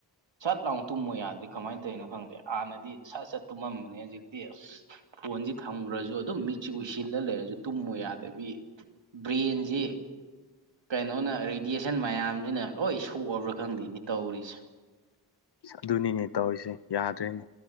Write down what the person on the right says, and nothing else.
ꯁꯠ ꯂꯥꯎ ꯇꯨꯝꯃ‌ꯣ ꯌꯥꯗ꯭ꯔꯤ ꯀꯃꯥꯏꯅ ꯇꯧꯔꯤꯅꯣ ꯈꯪꯗꯦ ꯍꯥꯟꯅꯗꯤ ꯁꯠ ꯁꯠ ꯇꯨꯝꯃꯝꯕꯅꯦ ꯍꯧꯖꯤꯛꯇꯤ ꯑꯁ ꯐꯣꯟꯁꯤ ꯊꯝꯈ꯭ꯔꯁꯨ ꯑꯗꯨꯝ ꯃꯤꯠꯁꯦ ꯎꯏꯁꯤꯜꯂ ꯂꯩꯔꯁꯨ ꯇꯨꯝꯃꯨ ꯌꯥꯗꯕꯤ ꯕ꯭ꯔꯦꯟꯖꯤ ꯀꯩꯅꯣꯅ ꯔꯦꯗꯤꯌꯦꯁꯟ ꯃꯌꯥꯝꯁꯤꯅ ꯂꯣꯏ ꯁꯣꯛꯑꯕ꯭ꯔꯥ ꯈꯪꯗꯦꯅꯦ ꯇꯧꯔꯤꯁꯦ